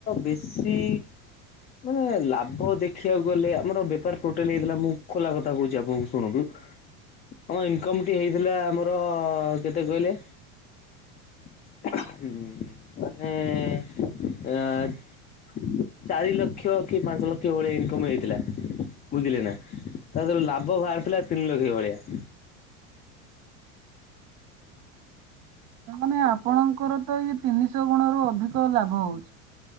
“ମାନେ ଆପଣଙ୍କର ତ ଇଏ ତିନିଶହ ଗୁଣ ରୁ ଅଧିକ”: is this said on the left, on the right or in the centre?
Right